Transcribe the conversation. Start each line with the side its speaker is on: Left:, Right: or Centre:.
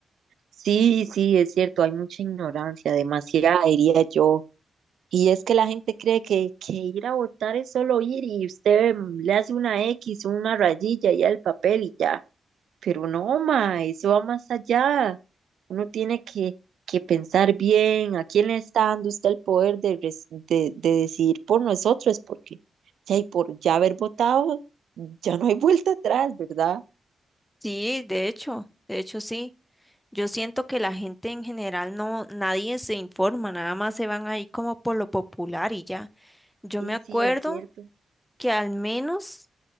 Right: sí, sí, es cierto, hay mucha ignorancia, demasiada, diría yo. Y es que la gente cree que, que ir a votar es solo ir y usted mm, le hace una X, una rayilla y al papel y ya. Pero no, ma, eso va más allá. Uno tiene que, que pensar bien a quién le está dando usted el poder de, res- de, de decidir por nosotros, porque si hay por ya haber votado, ya no hay <laughs> vuelta atrás, ¿verdad?
Centre: Sí, de hecho, de hecho sí. Yo siento que la gente en general no, nadie se informa, nada más se van ahí como por lo popular y ya. Yo
Right: Sí,
Centre: me acuerdo
Right: sí, es cierto.
Centre: que al menos